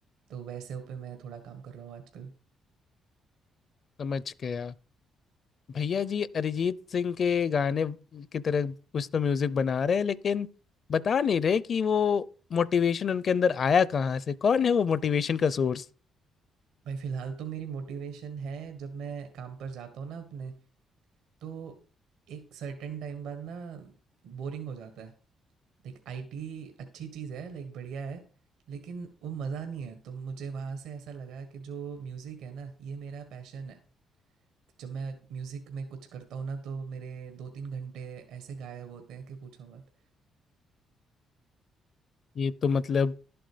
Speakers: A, on the right; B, on the left.
A: तो वैसे पे मैं थोड़ा काम कर रहा हूँ आजकल
B: समझ गया भैया जी अरिजीत सिंह के गाने की तरह कुछ तो म्यूजिक बना रहे हैं लेकिन बता नहीं रहे कि वो मोटिवेशन उनके अंदर आया कहाँ से कौन है वो मोटिवेशन का सोर्स
A: भाई फिलहाल तो मेरी मोटिवेशन है जब मैं काम पर जाता हूँ ना अपने तो एक सर्टेन टाइम बाद ना बोरिंग हो जाता है लाइक आईटी अच्छी चीज़ है लाइक बढ़िया है लेकिन वो मज़ा नहीं है तो मुझे वहाँ से ऐसा लगा कि जो म्यूज़िक है ना ये मेरा पैशन है जब मैं म्यूज़िक में कुछ करता हूँ ना तो मेरे दो तीन घंटे ऐसे गायब होते हैं कि पूछो मत
B: ये तो मतलब
A: तो